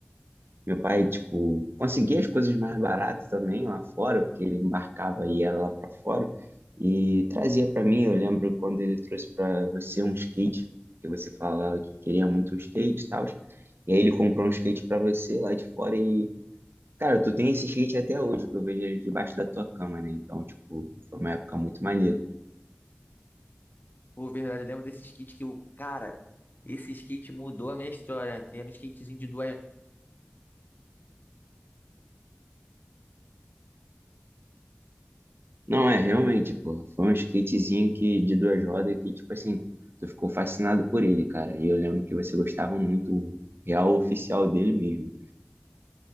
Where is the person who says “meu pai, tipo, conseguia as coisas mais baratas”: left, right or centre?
Right